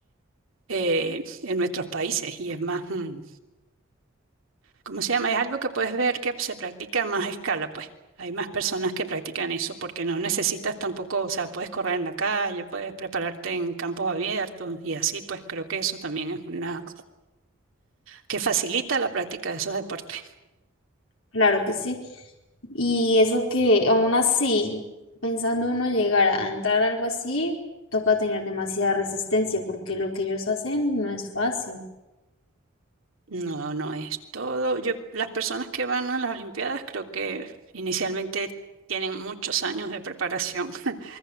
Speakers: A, on the right (about 75°); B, on the left (about 85°).
A: eh, en nuestros países y es más, mm, ¿cómo se llama? Es algo que puedes ver que se practica a más escala, pues. Hay más personas que practican eso porque no necesitas tampoco, o sea, puedes correr en la calle, puedes prepararte en campos abiertos y así, pues creo que eso también es una que facilita la práctica de esos deportes.
B: Claro que sí. Y eso que aún así, pensando uno llegar a entrar a algo así, toca tener demasiada resistencia porque lo que ellos hacen no es fácil.
A: No, no es todo. Yo, las personas que van a las Olimpiadas creo que inicialmente tienen muchos años de preparación. <laughs>